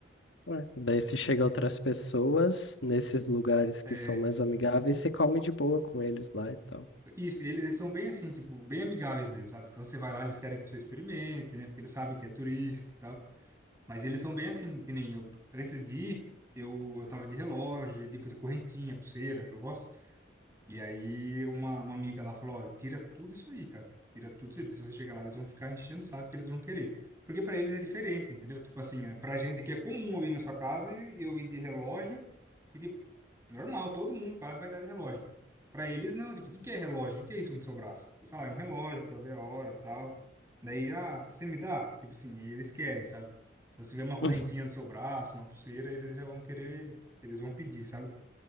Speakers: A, on the left; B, on the right.
A: Ué, Daí se chega outras pessoas nesses lugares
B: É,
A: que são mais amigáveis, você come de boa com eles lá e tal.
B: Isso, eles, eles são bem assim, tipo, bem amigáveis mesmo, sabe? Então você vai lá, eles querem que você experimente, né? Porque eles sabem que é turista e tal. Mas eles são bem assim, que nem eu. Antes de ir, eu, eu tava de relógio, de, tipo de correntinha, pulseira, que eu gosto. E aí uma, uma amiga lá falou: olha, tira tudo isso aí, cara. Tira tudo isso aí, porque se você chegar lá, eles vão ficar enchendo o saco que eles vão querer. Porque pra eles é diferente, entendeu? Tipo assim, é, pra gente que é comum eu ir na sua casa e eu ir de relógio. E, tipo, Normal, todo mundo quase vai dar de relógio. Pra eles, não. Tipo, o que que é relógio? O que que é isso no seu braço? Eles falam, ah, é um relógio pra ver a hora tal. Daí, ah, você me dá? Tipo assim, e eles querem, sabe? Então, se vê uma correntinha
A: <laughs>
B: no seu braço, uma pulseira, eles já vão querer, eles vão pedir, sabe?